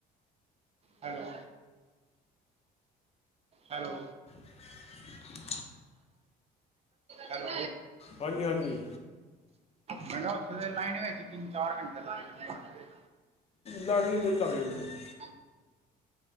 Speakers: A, on the right; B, on the left.
A: Hello hello
B: <unintelligible>
A: hello.
B: ਹਾਂਜੀ ਹਾਂਜੀ
A: ਮੈ ਕਿਹਾ, ਉੱਥੇ ਤਾਂ ਲਾਈਨ ਵਿੱਚ ਤਿੰਨ-ਚਾਰ ਘੰਟੇ ਲੱਗ ਜਾਂਦੇ ਹੋਣ ਗੇ?
B: ਲਾਗ ਜਾਂਦੇ ਜੀ, ਲੱਗ ਜਾਂਦੇ ਹੁੰਦੇ ਐ।
A: <unintelligible> <inaudible>